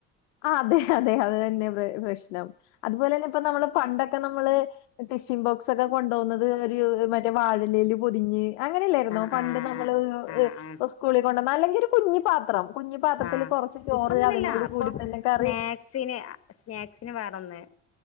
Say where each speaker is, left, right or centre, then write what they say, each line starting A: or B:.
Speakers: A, on the left; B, on the left.
A: ആ അതെ അതെ അത് തന്നെ പ്രശ്നം അതുപോലെ തന്നെ ഇപ്പ നമ്മള് പണ്ടൊക്കെ നമ്മള് ടിഫിൻ ബോക്സൊക്കെ കൊണ്ടാവുന്നത് ഒരു മറ്റേ വാഴലയില് പൊതിഞ്ഞ് അങ്ങനെല്ലായിരുന്നോ
B: ആ
A: പണ്ട്
B: ആ
A: നമ്മള്
B: ആ ആ ആ
A: ഉസ്കൂളി കൊണ്ടാന്ന് അല്ലെങ്കി ഒര് കുഞ്ഞിപാത്രം കുഞ്ഞി പാത്രത്തില്
B: ആ
A: കൊറച്ച് ചോറ്
B: ഇപ്പ അങ്ങനെയല്ല
A: അതിനോട്
B: ഇപ്പൊ
A: കൂടി തന്നെ കറി
B: സ്നാക്സിന് സ്നാക്സിന് വേറൊന്ന്